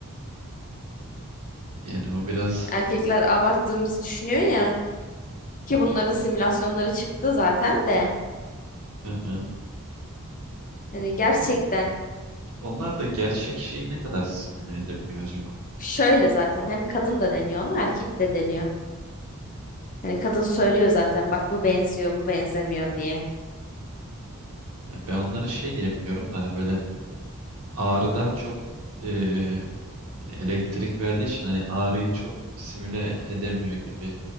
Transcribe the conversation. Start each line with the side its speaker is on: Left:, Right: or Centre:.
Right: Yani o biraz
Left: Erkekler abarttığımızı düşünüyor ya ki bunların simülasyonları çıktı zaten de.
Right: <laughs> hı hı.
Left: Yani gerçekten
Right: Ama onlar da gerçek şeyi ne kadar simüle edebiliyor acaba?
Left: şöyle zaten hem kadın da deniyor ona erkek de deniyor. Yani kadın söylüyor zaten bak bu benziyor bu benzemiyor diye.
Right: Yani ben onları şey diye biliyorum da hani böyle ağrıdan çok eee, hani elektrik verdiği için hani ağrıyı çok simüle edemiyor gibi